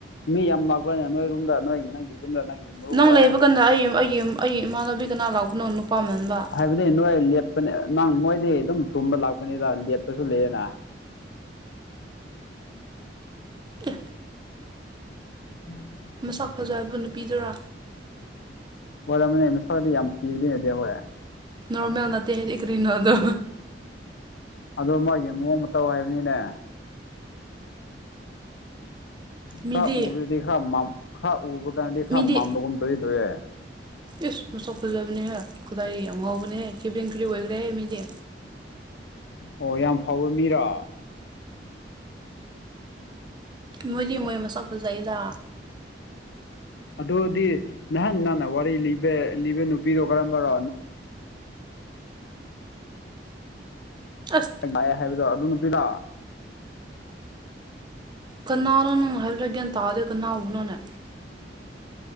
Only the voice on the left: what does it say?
ꯃꯤ ꯌꯥꯝ ꯂꯥꯛꯄ꯭ꯔꯅꯦ ꯅꯣꯏ ꯔꯨꯝꯗ ꯅꯣꯏ ꯅꯪꯒꯤ ꯌꯨꯝꯗ ꯅꯪꯒꯤ ꯃꯔꯨꯞꯈꯣꯏ
ꯍꯥꯏꯕꯗꯤ ꯅꯣꯏ ꯂꯦꯞꯄꯅꯦ ꯅꯪ ꯃꯣꯏꯗꯤ ꯑꯗꯨꯝ ꯇꯨꯝꯕ ꯂꯥꯛꯄꯅꯤꯗ ꯂꯦꯞꯄꯁꯨ ꯂꯩꯌꯦꯅ꯫
<inaudible>
ꯑꯣꯏꯔꯝꯃꯅꯤ ꯃꯁꯥꯛꯗꯤ ꯌꯥꯝ ꯊꯤꯕꯗꯤ ꯅꯠꯇꯦ ꯍꯣꯏ꯫
ꯑꯗꯨ ꯃꯥꯒꯤ ꯃꯑꯣꯡ ꯃꯇꯧ ꯍꯥꯏꯕꯅꯤꯅꯦ꯫
ꯈꯔ ꯎꯕꯗꯗꯤ ꯈꯔ ꯃꯥꯝ ꯈꯔ ꯎꯕꯀꯟꯗꯗꯤ
ꯃꯥꯝꯕꯒꯨꯝ ꯇꯧꯋꯤꯗꯔꯦ꯫
ꯑꯣ ꯌꯥꯝ ꯐꯕ ꯃꯤꯔꯣ꯫
ꯑꯗꯨꯗꯤ ꯅꯍꯥꯟ ꯅꯪꯅ ꯋꯥꯔꯤ ꯂꯤꯕꯦ ꯂꯤꯕ ꯅꯨꯄꯤꯗꯣ ꯀꯔꯝꯕꯔꯣ?
ꯂꯥꯛꯑꯦ ꯍꯥꯏꯕꯗꯣ ꯑꯗꯨ ꯅꯨꯄꯤꯗꯣ